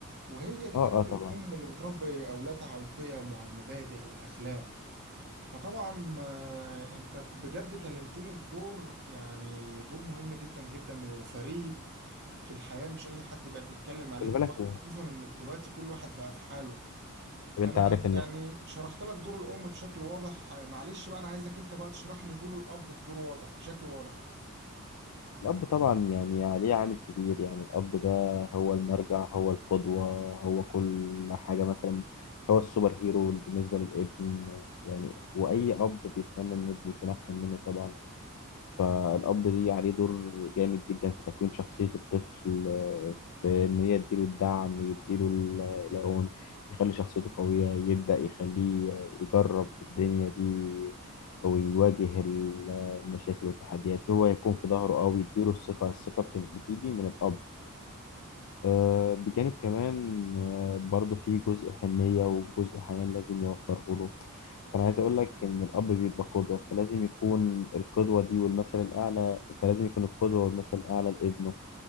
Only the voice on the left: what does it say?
اه
اه طبعا
خلي
بالك
طب انت
عارف ان
الأب طبعا يعني عليه عامل كبير يعني الأب ده هو المرجع هو القدوة هو كل حاجة مثلا هو السوبر هيرو بالنسبة للابن يعني وأي أب بيتمنى إن ابنه يكون أحسن منه طبعا فالأب ليه عليه دور جامد جدا في تكوين شخصية الطفل آه، في إن هي يديله الدعم يديله ال- العون يخلي شخصيته قوية يبدأ يخليه يجرب الدنيا دي ويواجه ال- المشاكل والتحديات هو يكون في ظهره أو يديله الثقة الثقة بت- بتيجي من الأب آه، بجانب كمان آه، برضه في جزء حنية وجزء حنان لازم يوفره له فأنا عايز أقول لك إن الأب بيبقى قدوة فلازم يكون القدوة دي والمثل الأعلى فلازم يكون القدوة والمثل الأعلى لابنه